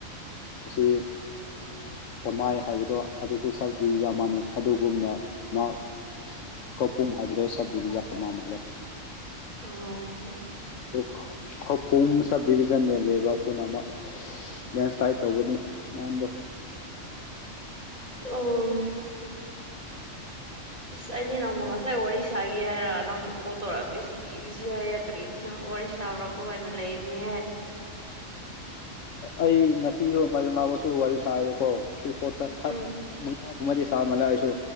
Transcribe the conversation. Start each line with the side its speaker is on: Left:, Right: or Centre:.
Left: ꯑꯁꯤ ꯗꯃꯥꯏ ꯍꯥꯏꯕꯗꯣ ꯑꯗꯨꯁꯨ ꯁꯄꯤꯌꯨ ꯌꯥꯝ ꯃꯥꯟꯅ ꯑꯗꯨꯒꯨꯝꯅ ꯃꯍꯥꯛ ꯀꯄꯨꯝ ꯍꯥꯏꯕꯗꯣ ꯁꯕ ꯗꯤꯕꯤꯖꯟ ꯃ ꯃꯥꯜꯂꯦ
Right: ꯑꯣ
Left: ꯑꯗꯨ ꯈꯄꯨꯝ ꯁꯕ ꯗꯤꯕꯤꯖꯟꯗ ꯂꯩꯕ ꯑꯩꯈꯣꯏꯅ ꯑꯃ ꯂꯦꯟꯁ꯭ꯂꯥꯏꯠ ꯇꯧꯕꯅꯤ ꯅꯍꯥꯟꯗꯣ
Right: ꯑꯣ ꯑꯁ ꯑꯩꯗꯤ ꯅꯪꯃꯨꯛ ꯉꯁꯥꯏ ꯋꯥꯔꯤ ꯁꯥꯒꯦ ꯍꯥꯏꯔ ꯅꯪ ꯑꯃꯨꯛ ꯀꯣꯜ ꯇꯧꯔꯛꯑꯕꯤꯣꯏꯁꯤ ꯏꯖꯤ ꯍꯥꯏꯏꯌꯦ ꯀꯔꯤꯠꯅ ꯋꯥꯔꯤ ꯁꯥꯕ꯭ꯔꯣꯀꯣ ꯍꯥꯏꯅ ꯂꯩꯕꯅꯦꯍꯦ
Left: ꯑꯩ ꯉꯁꯤꯁꯨꯣ ꯃꯥꯏꯖꯣꯂꯕꯁꯨ ꯋꯥꯔꯤ ꯁꯥꯥꯏꯌꯦꯕꯀꯣ ꯊ꯭ꯔꯤ ꯐꯣꯔ ꯐꯥꯏꯚ
Right: ꯎꯝ
Left: ꯃꯉꯥꯒꯨꯝꯕꯗꯤ ꯆꯥꯕꯅ ꯑꯩꯁꯨ